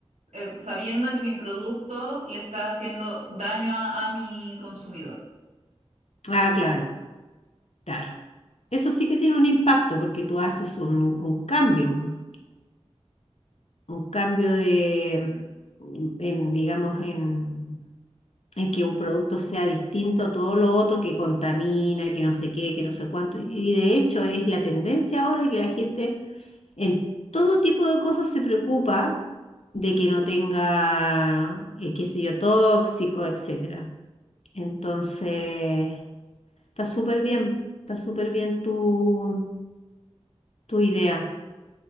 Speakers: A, on the right (about 80°); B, on the left (about 65°).
A: eh, sabiendo que mi producto le está haciendo daño a, a mi consumidor.
B: Ah, claro, claro. Eso sí que tiene un impacto porque tú haces un, un cambio, un cambio de, mm, en, digamos, en, en que un producto sea distinto a todo lo otro que contamina, que no sé qué, que no sé cuánto. Y de hecho es la tendencia ahora que la gente En todo tipo de cosas se preocupa de que no tenga, eh, qué sé yo, tóxico, etcétera. Entonces, está súper bien, está súper bien tu, tu idea.